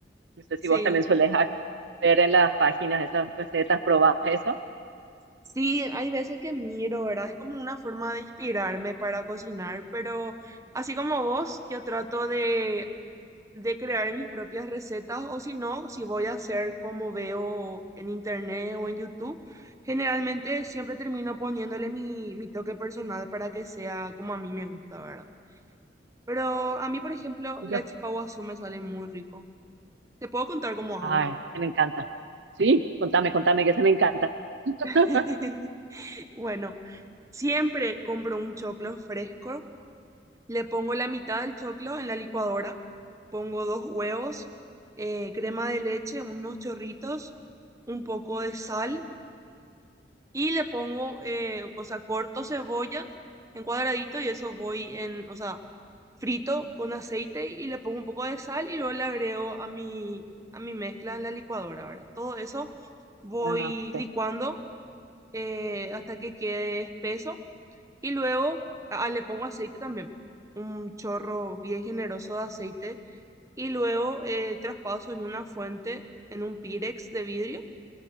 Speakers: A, on the right; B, on the right.
A: No sé si
B: Sí.
A: vos también sueles ac- ver en las páginas esas recetas, probás eso.
B: Sí, hay veces que miro, ¿verdad? Es como una forma de inspirarme para cocinar, pero así como vos, yo trato de, de crear mis propias recetas o si no, si voy a hacer como veo en internet o en YouTube, generalmente siempre termino poniéndole mi, mi toque personal para que sea como a mí me gusta, ¿verdad? Pero a mí, por ejemplo,
A: Y
B: la
A: yo,
B: chipa guazú me sale muy rico. Te puedo contar cómo
A: ay,
B: hago.
A: se me encanta. Sí, contame, contame que se me encanta. <laughs>
B: <laughs> Bueno, siempre compro un choclo fresco, le pongo la mitad del choclo en la licuadora, pongo dos huevos, eh, crema de leche, unos chorritos, un poco de sal y le pongo, eh, o sea, corto cebollas en cuadradito y eso voy en, o sea, frito con aceite y le pongo un poco de sal y luego le agrego a mi, a mi mezcla en la licuadora, ¿verdad? Todo eso voy
A: Ah, ok.
B: licuando eh, hasta que quede espeso y luego ah, le pongo aceite también, un chorro bien generoso de aceite y luego eh, traspaso en una fuente, en un pirex de vidrio